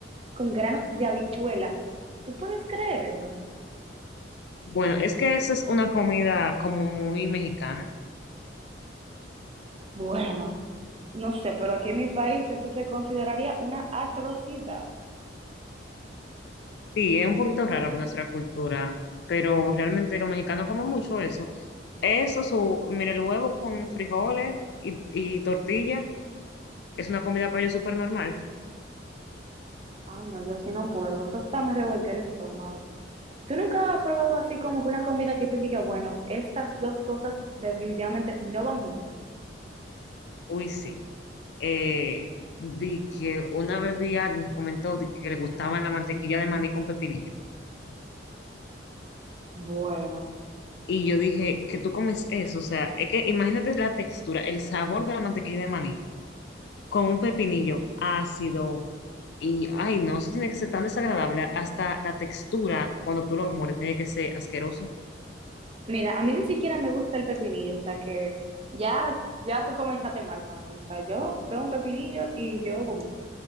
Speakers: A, on the right (about 30°); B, on the left (about 60°).
A: con granos de habichuela. ¿Tú puedes creer eso?
B: Bueno, es que esa es una comida como muy mexicana.
A: Bueno, no sé, pero aquí en mi país eso se consideraría una atrocidad.
B: Sí, es un poquito rara por nuestra cultura, pero realmente los mexicanos comen mucho eso. Eso, su, mire, el huevo con frijoles y, y tortilla, es una comida para ellos súper normal.
A: Ay, no, yo sí no puedo. Eso hasta me revolvió el estómago. ¿Tú nunca has probado así como que una comida que tú digas, bueno, estas dos cosas definitivamente no van juntas?
B: Uy, sí. Eh, di que una vez vi a alguien que comentó di que, que le gustaba la mantequilla de maní con pepinillo.
A: Bueno,
B: Y yo dije, que tú comes eso? O sea, es que imagínate la textura, el sabor de la mantequilla de maní. con un pepinillo ácido y, ay, no, eso tiene que ser tan desagradable. Hasta la textura, cuando tú lo mueres, tiene que ser asqueroso.
A: Mira, a mí ni siquiera me gusta el pepinillo, o sea que ya, ya tú comenzaste mal para mí. O sea, yo veo un pepinillo y yo vomito.